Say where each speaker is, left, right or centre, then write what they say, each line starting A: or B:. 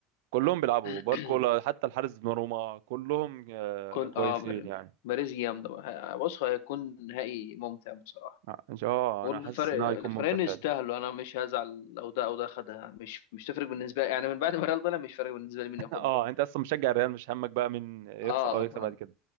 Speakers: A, on the right; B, on the left.
A: كلهم بيلعبوا
B: <clears throat>
A: باركولا حتى الحارس دوناروما كلهم آه،
B: كل
A: كويسين
B: اه باريس
A: يعني
B: باريس جامده بقى. بص هيكون نهائي ممتع بصراحه
A: آه، ان شاء الله
B: والفرق
A: انا حاسس ان هو هيكون
B: الفريقين
A: ممتع فعلا
B: يستاهلوا انا مش هزعل لو ده او ده خدها مش مش تفرق بالنسبه لي يعني من بعد ما ريال طلع مش فارق بالنسبه لي مين
A: <laughs>
B: ياخدها
A: اه انت اصلا مشجع الريال مش همك بقى من يخسر
B: اه
A: او يكسب
B: ف...
A: بعد كده